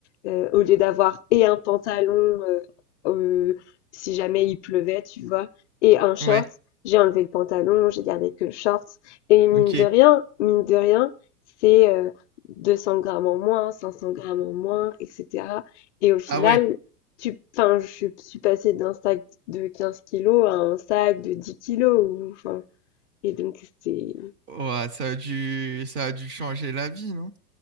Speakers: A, on the left (about 45°); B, on the right (about 25°).
A: Heu, au lieu d'avoir et un pantalon, heu heu, si jamais il pleuvait, tu vois? Et un short,
B: Ouais,
A: j'ai enlevé le pantalon, j'ai gardé que le short et mine
B: ok.
A: de rien mine de rien, c'est, heu, 200 grammes en moins, 500 grammes en moins et cetera et au final,
B: Ah ouais.
A: tu enfin, je suis passée d'Instag de 15 kilos à un sac de 10 kilos. Ou, enfin, et donc, c'est.
B: Ouah, ça a dû, ça a dû changer la vie, non?